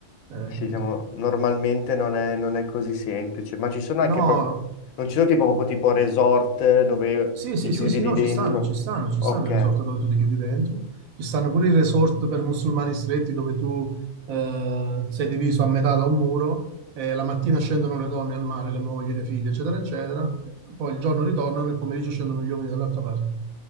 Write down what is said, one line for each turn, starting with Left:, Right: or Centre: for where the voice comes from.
Right: eh,
Left: Sì,
Right: capito.
Left: diciamo, normalmente non è, non è così semplice, ma ci sono anche
Right: No,
Left: proprio, non ci sono tipo, proprio tipo resort dove
Right: Sì, sì,
Left: ti chiudi
Right: sì, sì,
Left: lì
Right: no,
Left: dentro.
Right: ci stanno, ci stanno, ci
Left: Ok.
Right: stanno i resort dove tu ti chiudi dentro, ci stanno pure i resort per musulmani stretti dove tu eh, sei diviso a metà da un muro e la mattina scendono le donne al mare, le mogli, le figlie, eccetera, eccetera, poi il giorno ritornano, nel pomeriggio scendono gli uomini dall'altra parte.